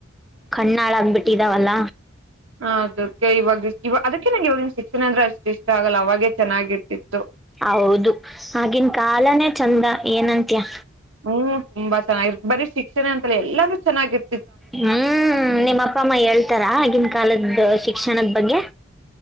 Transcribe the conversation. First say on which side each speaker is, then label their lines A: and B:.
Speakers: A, in the centre; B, on the right.
A: ಕಣ್ಣಾಳಾಗಬಿಟ್ಟಿದಾವಲ್ಲ
B: ಅದಕ್ಕೆ ಇವಾಗ ಅದಕ್ಕೆ ನಂಗೆ ಇಾವಿನ ಶಿಕ್ಷಣ ಅಂದ್ರೆ ಅಷ್ಟ ಇಷ್ಟ ಆಗಲ್ಲ ಅವಾಗೆ ಚೆನ್ನಾಗಿ ಇರ್ತಿತ್ತು
A: ಹೌದು ಆಗಿನ ಕಾಲನೇ ಚಂದ ಏನಂತ್ಯಾ
B: ಹ್ಮ್ ತುಂಬಾ ಚೆನ್ನಾಗಿರ್ ಬರೀ ಶಿಕ್ಷಣ ಅಂತಲ್ಲ ಎಲ್ಲಾರು ಚೆನ್ನಾಗಿರ್
A: ಹ್ಮ್ ನಿಮ್ಮ ಅಪ್ಪ ಅಮ್ಮ ಹೇಳ್ತಾರ ಆಗಿನ ಕಾಲದ ಶಿಕ್ಷಣದ ಬಗ್ಗೆ